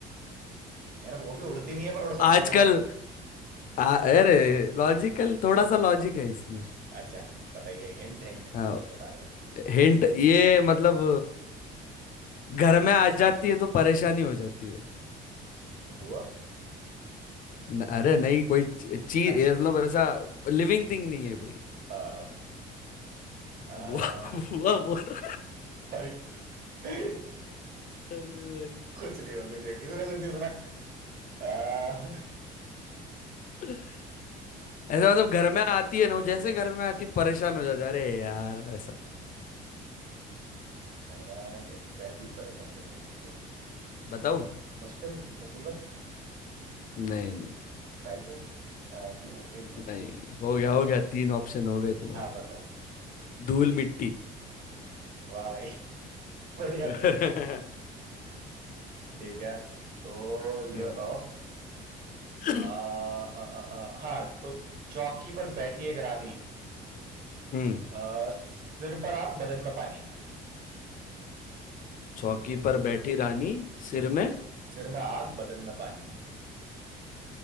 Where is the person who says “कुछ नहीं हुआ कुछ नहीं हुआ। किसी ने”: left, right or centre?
Right